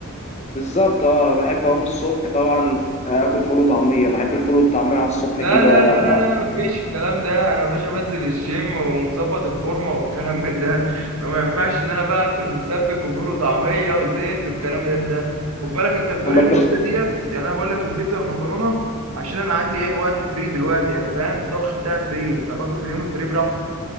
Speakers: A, on the left (about 30°); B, on the right (about 80°).
A: بالظبط اه بحب اقوم الصبح طبعا آه، اكل فول وطعميه بحب الفول والطعميه على الصبح
B: لا
A: كده
B: لا لا لا لا مفيش الكلام ده انا يا باشا بنزل الجيم ومظبط الفورمه والكلام <laughs> من ده ما ينفعش ان انا بقى اكل مسبك وفول وطعميه وزيت والكلام من ده خد بالك انت بتقول
A: امال
B: البيتزا
A: انت
B: ديت يعني انا بقول لك البيتزا والمكرونه عشان انا عندي ايه وقت فري دلوقتي يعني فاهم الطبخ بتاعي فري فباكل في اليوم الفري براحتي